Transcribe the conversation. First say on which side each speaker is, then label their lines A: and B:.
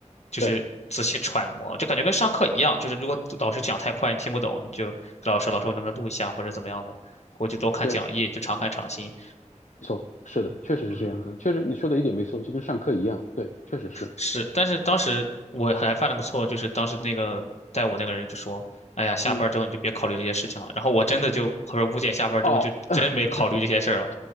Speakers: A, on the left; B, on the left.
A: 就是仔细揣摩，
B: 对
A: 就感觉跟上课一样，就是如果老师讲太快你听不懂，你就跟老师老师我能不能录一下或者怎么样的，回去多看讲义，
B: 对，
A: 就常看常新。
B: 没错，是的，确实是这样子，
A: 嗯，
B: 确实你说的一点没错，就跟上课一样，对，确实是，
A: 是，但是当时我还犯了个错，就是当时那个带我那个人就说：“哎呀，下班之后你就别考虑这些事情了。”然后我真的就，
B: 嗯。
A: 后边五点下班之后就真没考虑这些事儿了，
B: 哦，<laughs>